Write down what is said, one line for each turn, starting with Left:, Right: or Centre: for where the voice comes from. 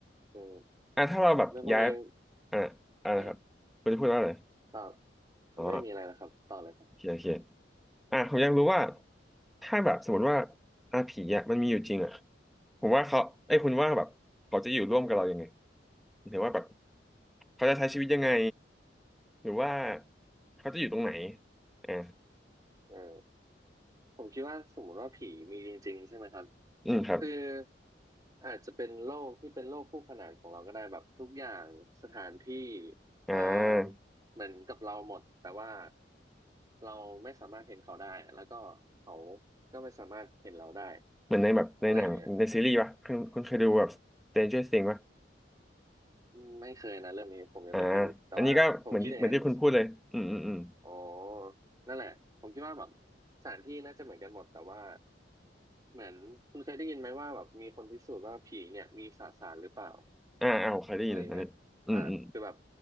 Right: เออ
Centre: อ่ะถ้าเราแบบย้าย
Right: เรื่องพวกนี้
Centre: อ่ะอ่ะนะครับคุณจะพูดว่าอะไร
Right: เออต่อ
Centre: อ๋อ
Right: มันไม่มีอะไรนะครับต่อเลยครับ
Centre: โอเคโอเคอ่ะผมอยากรู้ว่าถ้าแบบสมมติว่าอ่ผีอ่ะมันมีอยู่จริงอ่ะผมว่าเขาไอ้ยคุณว่าแบบเขาจะอยู่ร่วมกับเรายังไงหรือว่าแบบเขาจะใช้ชีวิตยังไงหรือว่าเขาจะอยู่ตรงไหนอ่า
Right: เออ ผมคิดว่าสมมติว่าผีมีจริงๆใช่ไหมครับ
Centre: อืมครับ
Right: คืออาจจะเป็นโลกที่เป็นโลกคู่ขนานของเราก็ได้แบบทุกอย่างสถานที่
Centre: อ่า
Right: อ่าเหมือนกับเราหมดแต่ว่าเราไม่สามารถเห็นเขาได้แล้วก็เขาก็ไม่สามารถเห็นเราได้
Centre: เหมือนในแบบในหนังในซีรีส์ป่ะคุณคุณเคยดูแบบ
Right: อะไรอย่างเงี้ย
Centre: Stranger Things ป่ะ
Right: อืมไม่เคยนะเรื่องนี้ผมยังไม่เคยดูแต่ว่าผมคิดอย่างนั้น
Centre: อ่าอันนี้ก็เหมือนที่เหมือนที่คุณพูดเลยอืมอืมอืม
Right: อ๋อนั่นแหละผมคิดว่าแบบสถานที่น่าจะเหมือนกันหมดแต่ว่า เหมือนคุณเคยได้ยินไหมว่าแบบมีคนพิสูจน์ว่าผีเนี่ยมีสสารหรือเปล่า
Centre: อ่าอ่าผมเคยได้ยินอันนี้อืมอืม
Right: อะไรอย่างเงี้ยอ่าคือแบบ